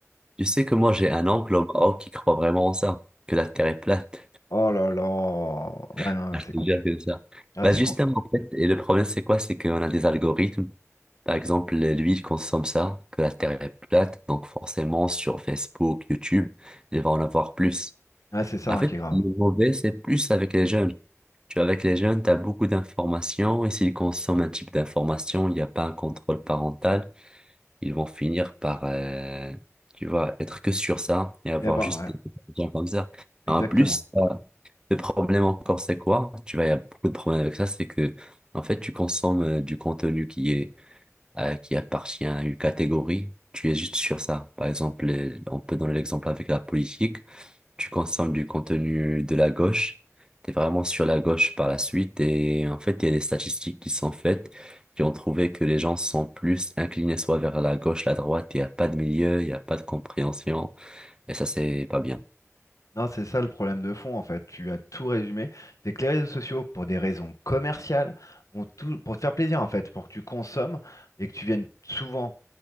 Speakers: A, on the right; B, on the left.
A: Tu sais que moi, j'ai un oncle au Maroc qui croit vraiment en ça, que la Terre est plate.
B: Oh là là. Ouais, non,
A: <laughs> Je
B: c'est
A: te
B: con.
A: jure que ça.
B: Ah,
A: Bah,
B: c'est
A: justement,
B: con.
A: en fait, et le problème, c'est quoi? C'est qu'on a des algorithmes. Par exemple, lui, il consomme ça, que la Terre est plate. Donc, forcément, sur Facebook, YouTube, il va en avoir plus.
B: Ah, c'est ça
A: En fait,
B: hein, qui est grave.
A: le mauvais, c'est plus avec les jeunes. Tu vois, avec les jeunes, tu as beaucoup d'informations et s'ils consomment un type d'information, il n'y a pas un contrôle parental. ils vont finir par, euh, tu vois, être que sur ça et avoir
B: Et bah,
A: juste
B: ouais,
A: des gens comme ça.
B: exactement.
A: En plus, euh, le problème encore, c'est quoi? Tu vois, il y a beaucoup de problèmes avec ça, c'est que, en fait, tu consommes euh, du contenu qui est, euh, qui appartient à une catégorie, tu es juste sur ça. Par exemple, euh, on peut donner l'exemple avec la politique tu consommes du contenu de la gauche, tu es vraiment sur la gauche par la suite. Et en fait, il y a des statistiques qui sont faites qui ont trouvé que les gens sont plus inclinés soit vers la gauche, la droite, il n'y a pas de milieu, il n'y a pas de compréhension. Et ça, c'est pas bien.
B: Non, c'est ça le problème de fond, en fait. Tu as tout résumé. C'est que les réseaux sociaux, pour des raisons commerciales, vont tout... pour te faire plaisir, en fait, pour que tu consommes et que tu viennes souvent.